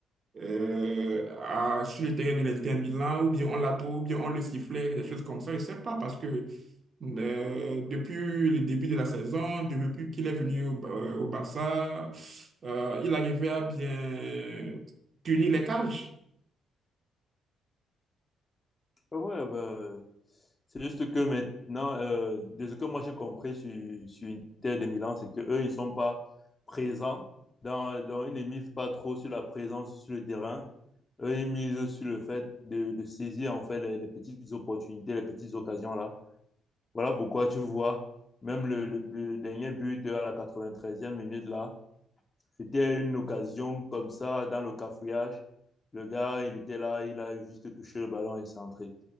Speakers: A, on the right (about 45°); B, on the left (about 25°).
A: euh, à- sur le terrain de l'Inter Milan, ou bien on l'a trop, ou bien on le sifflait, des choses comme ça. Je ne sais pas parce que Euh, depuis le début de la saison, depuis qu'il est venu au, euh, au Barça, euh, il arrivait à bien tenir les cages.
B: Ouais, bah, c'est juste que maintenant, euh, de ce que moi j'ai compris sur, sur Inter de Milan, c'est qu'eux, ils ne sont pas présents. Dans, dans, ils ne misent pas trop sur la présence sur le terrain. Eux, ils misent sur le fait de, de saisir en fait les, les petites opportunités, les petites occasions là. Voilà pourquoi tu vois, même le, le, le dernier but à la quatre-vingt-treizième minute là, c'était une occasion comme ça dans le cafouillage. Le gars, il était là, il a juste touché le ballon et il s'est entré.